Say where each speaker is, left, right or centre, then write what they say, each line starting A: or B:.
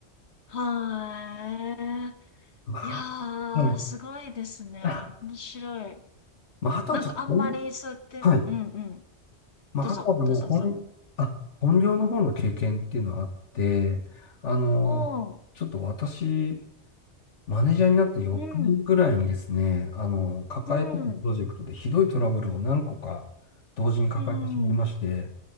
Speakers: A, on the left; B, on the left.
A: はー
B: ま
A: い。いや
B: あ、はい。
A: ー、すごいですね。
B: あ
A: 面白い。
B: まあ、あとはちょっと、
A: なんかあんまりそうやって、
B: はい。
A: うんうん。
B: まあ、
A: どうぞ、
B: あとはもう本、
A: どうぞどうぞ。
B: あ、本業の方の経験っていうのはあって、あの、
A: うん、
B: ちょっと私、マネージャーになって翌年ぐらいにですね、
A: うん、
B: あの、抱えてたプロジェクトでひどいトラブルを何個か同時に抱えてしまいまして、
A: うん、うん、うん、